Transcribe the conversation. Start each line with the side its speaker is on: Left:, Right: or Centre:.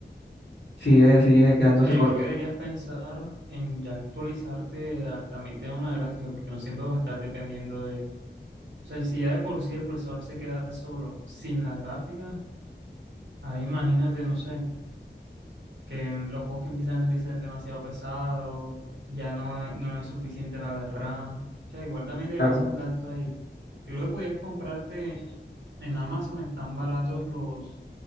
Left: sigue, sigue quedándose
Right: O sea, yo
Left: corta.
Right: creo que deberías pensar en ya actualizarte a también tener una gráfica, porque no siempre vas a estar dependiendo O sea, si ya de por sí el procesador se queda solo sin la gráfica, ahora imagínate, no sé, que los juegos que empiezan a salir sean demasiado pesados, ya no es, no es suficiente la de RAM. O sea, igual también debería
Left: Claro,
Right: ser un gasto ahí. Yo creo que podías comprarte en Amazon, están baratos los,